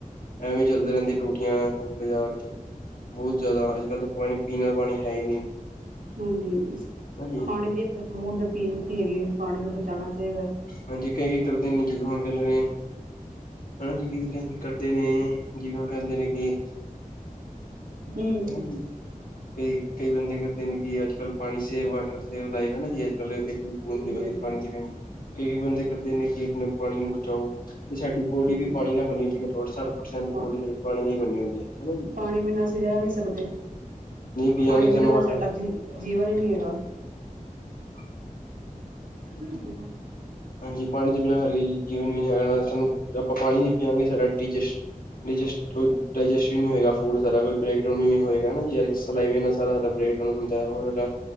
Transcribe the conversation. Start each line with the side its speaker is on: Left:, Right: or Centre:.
Left: ਐਵੇਂ ਚੱਲਦੇ ਰਹਿੰਦੇ ਟੂਟੀਆਂ ਬਾਜ਼ਾਰ ਚ ਬਹੁਤ ਜ਼ਿਆਦਾ ਅੱਜ ਕੱਲ ਤਾਂ ਪਾਣੀ ਪੀਨਰ ਪਾਣੀ ਹੈ ਹੀ ਨਹੀਂ
Right: ਹੂ
Left: ਹਾਂਜੀ
Right: ਪਾਣੀ ਦੀ ਇੱਕਬੂੰਦ ਦੀ ਕੀਮਤ ਹੀ ਹੈਗੀ ਹੈ ਵੀ ਪਾਣੀ ਤੋਂ ਬਚਾਉਣਾ ਚਾਹੀਦਾ
Left: ਹਾਂਜੀ ਕਈ ਕਰਦੇ ਨੇ ਜੀ ਹੁਣ ਕੱਢਨੇ ਹਨਾ ਜੀ ਕਰਦੇ ਨੇ ਜੀਵਾਂ ਕਹਿੰਦੇ ਕਿ <unintelligible>
Right: ਹਾਂਜੀ ਹਾਂਜੀ
Left: ਕਈ ਕਈ ਬੰਦੇ ਕਰਦੇ ਨੇ ਕਿ ਅੱਜ ਕੱਲ ਪਾਣੀ ਸੇਵ ਵਾਟਰ ਸੇਫ ਲਾਈਫ ਹੈਨਾ ਜੀ ਕੱਲੇ ਇੱਕ ਬੂੰਦ
Right: ਹਾਂਜੀ
Left: ਪਾਣੀ ਜਿਵੇਂ ਕਈ ਬੰਦੇ ਕਰਦੇ ਨੇ ਕਿ ਪਾਣੀ ਨੂੰ ਬਚਾਓ ਤੇ ਸਾਡੀ ਬੋਡੀ
Right: ਹਾਂਜੀ
Left: ਵੀ ਪਾਣੀ ਨਾਲ ਬਣੀ ਹੋਈ ਸੀ ਘੱਟ ਤੋਂ ਘੱਟ ਸੱਠ ਪਰਸੈਂਟ
Right: ਹਾਂਜੀ
Left: ਬੋਡੀ ਸਾਡੀ ਪਾਣੀ ਨਾਲ ਹੀ ਬਣੀਨੀ ਹੋਈ ਹੈ ਹਨਾ ਜੀ
Right: ਪਾਣੀ ਬਿਨਾਂ ਅਸੀਂ ਰਹਿ ਵੀ ਨਹੀਂ ਸਕਦੇ
Left: ਪੀਆਂਗੇ
Right: ਪਾਣੀ
Left: ਸਾਨੂੰ
Right: ਬਿਨਾਂ ਮੈਂ ਸੰਗਤ ਜੀ ਜੀਵਨ ਹੀ ਨਹੀਂ ਹੈਗਾ
Left: <inaudible> <inaudible>
Right: ਹਾਂਜੀ
Left: ਹਾਂਜੀ ਪਾਣੀ ਦੇ ਬਿਨਾਂ ਹਰ ਜੀਵਨ ਵੀ ਹੈਗਾ ਸਾਨੂੰ ਆਪਾਂ ਪਾਣੀ ਨੀ ਪੀਆਂਗੇ ਸਾਡਾ ਡਿਜਸਟ ਡਾਇਜਸਟ ਡਾਇਜੈਸਟ ਵੀ ਨਹੀਂ ਹੋਗਾ ਫੂਡਾ ਕੋਈ ਬ੍ਰੇਕਡਾਊਨ ਵੀ ਨਹੀਂ ਹੋਏਗਾ ਨਾ ਜਿਵੇਂ ਏਕਸਰਸਾਈਸ ਬਿਨਾ ਸਾਰਾ ਦਿਨ ਬ੍ਰੇਕਡਾਨ ਹੁੰਦਾ ਹੈ, ਉਹਾ